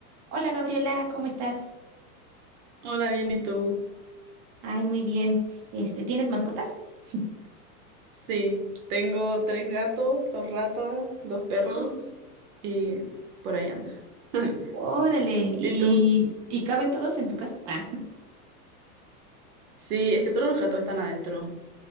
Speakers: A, on the right (about 30°); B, on the right (about 75°).
A: Hola Gabriela, ¿cómo estás?
B: Hola, bien, ¿y tú?
A: Ay, muy bien. Este, ¿tienes mascotas? <laughs>
B: Sí, tengo tres gatos, dos ratas, dos perros
A: ¡Ah!
B: y por ahí anda. <laughs>
A: Órale, ¿y,
B: ¿Y tú?
A: y caben todos en tu casa? Ah,
B: Sí, es que solo los gatos están adentro.